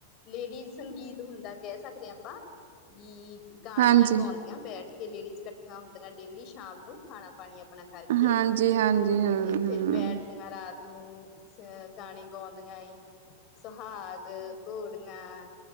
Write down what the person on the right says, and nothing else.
ਹਾਂਜੀ
ਹਾਂਜੀ ਹਾਂਜੀ ਹਾਂ
ਹਾਂ